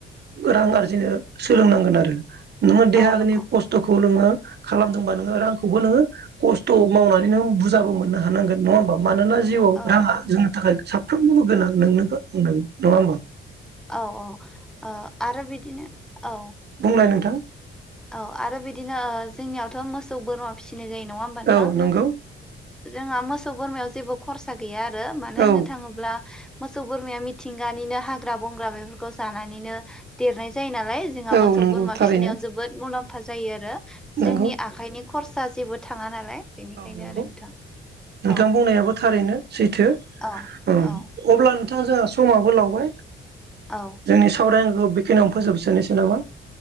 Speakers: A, on the right; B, in the centre.
A: रां आरजिनो सोलोंनांगोन आरो नोंङो देहानि
B: औ नंगौ
A: खस्थखौ नोंङो खालामदोंबा नोंङो रांखौबो नोंङो खस्थ मावनानै नोंङो बुरजाबो मोननो हानांगोन नङा होनबा। मानोना जिउआव
B: औ
A: रांङा
B: औ
A: जोंनि थाखाय साब फ्रोमनोबो गोनां नोंनोबो गोनां नंङा होनबा।
B: औ औ ओ आरो बिदिनो औ
A: बुंलाय नोंथां
B: औ आरो बिदिनो जोंनियावथ मोसौ बोरमा फिसिनाय जायो नंङा होनबा नोंथां
A: औ नंगौ
B: जोंहा मोसौ बोरमायाव जेबो‌ खरसा गैया आ रो मानो होननो
A: औ
B: थांङोब्ला मोसौ बोरमाया मिथिंगानिनो हाग्रा बंग्रा बेफोरखौ जानानैनो देरनाय जायो नालाय जोंहा
A: औ
B: मोसौ
A: नंगौ
B: बोरमा
A: थारैनो
B: फिसिनायाव जोबोद मुलाम्फा जायो आरो जोंनि
A: नंगौ
B: आखाइनि खरसा जेबो थांङा नालाय बेनिखायनो
A: औ नोंगौ
B: आरो नोंथां
A: नोंथां
B: औ
A: बुंनायाबो थारैनो सैथो।
B: औ
A: अ
B: औ
A: अब्ला नोंथांङा जोंहा समाबो लावबाय
B: औ
A: जोंनि सावराय औ बेखिनियावनों फोजोबसोनोसै नामा